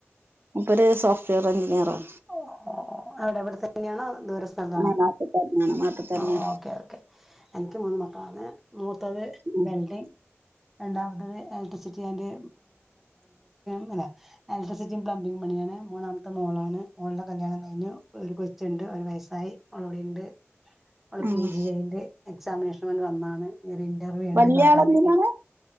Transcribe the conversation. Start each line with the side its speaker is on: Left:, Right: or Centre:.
Right: മൂപ്പര് സോഫ്‌റ്റ് വെയർ എഞ്ചിനീയർ ആണ്
Centre: ഓഹ് അടെ ഇവിടെ തന്നെയാണോ ദൂര സ്ഥലത്താണോ
Right: ആഹ് നാട്ടി തന്നെയാണ് നാട്ടി തന്നെയാണ്
Centre: ആഹ് ഓക്കേ ഓക്കേ എനിക്ക് മൂന്ന് മക്കളാണ് മൂത്തത്
Right: ഉം
Centre: വെൽഡിംഗ് രണ്ടാമത്തത് ഇലക്ട്രിസിറ്റി ആൻഡ്‌ <unintelligible> അല്ല ഇലക്ട്രിസിറ്റി പ്ലംബിങ് പണിയാണ് മൂന്നാമത്തെ മോളാണ് ണ് ഓൾടെ കല്യാണം കഴിഞ്ഞു ഒരു കൊച്ചുണ്ട് ഒരു വയസായി അവളവിടെണ്ട് ഓള്
Right: ഉം
Centre: പി ജി ചെയ്യ്ണ്ട് എക്സാമിനേഷനു വേണ്ടി വന്നാണ് ഇനി ഒരു ഇന്റർവ്യൂ ഉണ്ട്
Right: വല്ല്യാളെന്തിനാണ്
Centre: നാലാം തീയതി